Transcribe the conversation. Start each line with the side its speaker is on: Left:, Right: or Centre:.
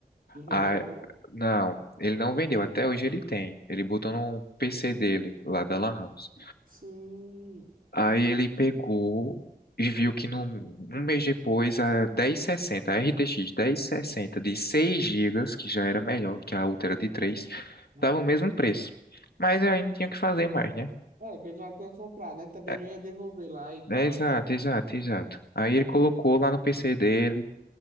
Right: E vendeu
Left: A,
Right: por?
Left: não, ele não vendeu, até hoje ele tem. Ele botou no PC dele, lá da Lan House.
Right: Sim.
Left: Aí ele pegou e viu que no um mês depois a 1060, a RTX 1060 de 6 gigas que já era melhor que a outra era de 3 estava
Right: Uhum.
Left: o mesmo preço. Mas aí não tinha o que fazer mais, né?
Right: É, que eu já tinha comprado, né? Também
Left: É,
Right: não ia devolver lá e tal,
Left: é, exato,
Right: né?
Left: exato, exato. Aí ele colocou lá no PC dele.